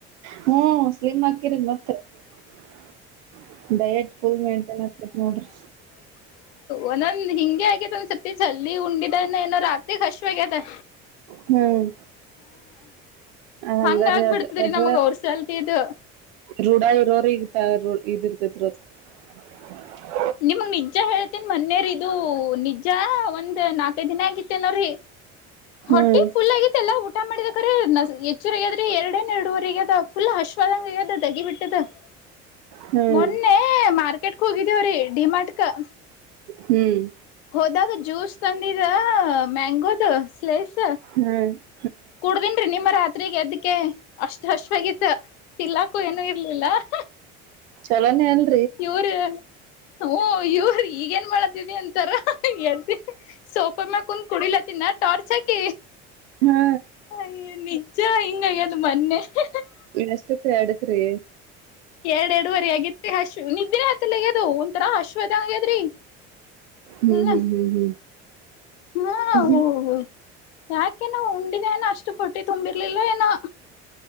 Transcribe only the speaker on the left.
ಒಂದೊಂದ ಹಿಂಗೆ ಆಗ್ಯೇದ ಒಂದ್ ಸತಿ ಜಲ್ದಿ ಉಂಡಿದ ಏನೋ ರಾತ್ರಿಗ್ ಹಷವಗ್ಯತ <unintelligible>
ಹಂಗ ಆಗ್ಬಿಡ್ತದ್ರಿ
ನಮಗ್ ಅವ್ರ ಸಲ್ತಿ ಇದು
ನಿಮಗ್ ನಿಜ ಹೇಳ್ತೇನ್ ಮನ್ನೆರೀ ಇದು ನಿಜ ಒಂದ್ ನಾಕೈ ದಿನ ಆಗಿತ್ತೇನೋರೀ <unintelligible>
ಹೊಟ್ಟಿ ಫುಲ್ ಆಗಿತ್ತಲ್ಲಾ ಊಟ ಮಾಡಿದ <unintelligible> ಅ್ರ ಹೆಚ್ಚರಿಗದ್ರೆ ಎರಡನ್ ಎರಡೂವರೆಗ್ಯದ ಫುಲ್ ಅಶ್ವಾದಂಗ ಇದ ದಗಿ ಬಿಟ್ಟದ <unintelligible>
ಮೊನ್ನೆ ಮಾರ್ <unintelligible> ಕೆಟ್ ಹೋಗಿದೇವ್ರೀ ಡಿಮಾಟಕ, <unintelligible>
ಹೋದಾಗ ಜ್ಯೂಸು <unintelligible> ತಂದಿದ ಮ್ಯಾಂಗೋದು <unintelligible> <unintelligible>
ಕುಡದಿನ್ ರಿ ನಿಮ್ಮ ರಾತ್ರಿ <unintelligible> ಪತ್ರಿಗೆ ಎದಕ್ಕೆ <unintelligible> ಅಷ್ಟ ಹಶವ ಆಗತ್ತ ತಿನ್ಲಾಕು ಏನು ಇರ್ಲಿಲ್ಲ <unintelligible>
ಯರು <unintelligible> ಹ ಇವ್ರ ಈಗ ಏನ್ ಮಾಡತಿದಿ ಅಂತಾರಂತ ಸೋಫ ಮ್ಯ ಕುಂದ ಕುಡಿಲತ್ತಿನ ಟಾರ್ಚ್ ಹಾಕಿ
ಅಯ ನಿಜ ಹಿಂಗ ಆಗ್ಯದ ಮೊನ್ನೆ <unintelligible>
ಎರಡ್ ಎರಡುವರೆ ಆಗಿದಿ ಹಶ್ವ ನಿದ್ದೆ ಆತಲೆಗ್ಯದು ಒಂಥರಾ ಅಶ್ವದ ಆಗ್ಯದ್ರಿ <unintelligible>
ಫುಲ್
ಹಾ
ಹ <unintelligible> ಯಾಕೆ ನ ಉಂಡಿದ ಏನೋ ಅಷ್ಟು ಹೊಟ್ಟಿ ತುಂಬಿರ್ಲಿಲ್ಲ ಏನೋ